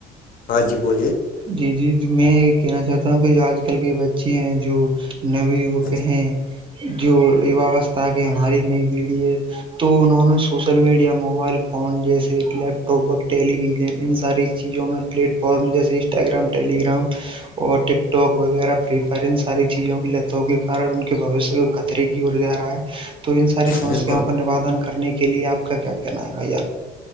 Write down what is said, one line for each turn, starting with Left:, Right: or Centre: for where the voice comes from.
Left: ہاں جی بولیے
Right: جی جی میں یہ کہنا چاہتا ہوں کہ جو آج کل کے بچے ہیں جو یوک
Left: ہاں
Right: ہیں جو یواوستا کے ہماری نئی پیڑھی ہے تو انہوں نے سوشل میڈیا موبائل فون جیسے لیپ ٹاپ ٹیلی ویژن ان ساری چیزوں میں پلیٹ فارم جیسے انسٹاگرام ٹیلی گگرام اور ٹ ٹوگ وغیرہ پریفر ان ساری چیزوں کی لتوں کے کارن ان کے بوشیہ کو کطرے کیور جا رہا ہے تو ان ساری سمسیاں
Left: بالکل
Right: کو نوادن کرنے کے لیے آپ کا کیا کہنا ہے بھ جان